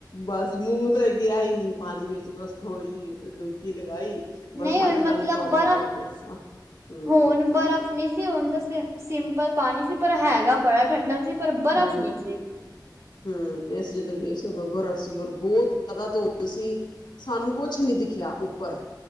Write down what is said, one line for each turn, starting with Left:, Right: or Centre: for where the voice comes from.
Left: ਬਸ ਮੂੰਹ ਤੇ ਗਿਆ ਈ ਨੀ ਪਾਣੀ ਵਿੱਚ ਬਸ ਥੋੜ੍ਹੀ ਜਹੀ ਡੁਬਕੀ ਲਗਾਈ ਬਸ
Right: ਨਹੀਂ ਹੁਣ
Left: ਹੱਥ ਨਾਲ
Right: ਮਤਲਬ
Left: ਹੀ ਪਾਣੀ
Right: ਬਰਫ਼
Left: ਪਾ ਕੇ ਹੂੰ
Right: ਹੋਣ ਬਰਫ਼ ਨਹੀਂ ਸੀ ਹੋਣ ਤਾਂ ਸਿੰਪਲ ਪਾਣੀ ਸੀ ਪਰ ਹੈਗਾ ਬੜਾ ਠੰਡਾ ਸੀ। ਪਰ ਬਰਫ਼
Left: ਹੂੰ
Right: ਨਹੀਂ ਸੀ।
Left: ਹੂੰ ਅਸੀ ਜਦੋਂ ਗਏ ਸੀ ਉਦੋਂ ਬਰਫ਼ ਸੀ ਔਰ ਬਹੁਤ ਜ਼ਿਆਦਾ ਧੁੰਦ ਸੀ। ਸਾਨੂੰ ਕੁਛ ਨੀ ਦਿਖਿਆ ਉੱਪਰ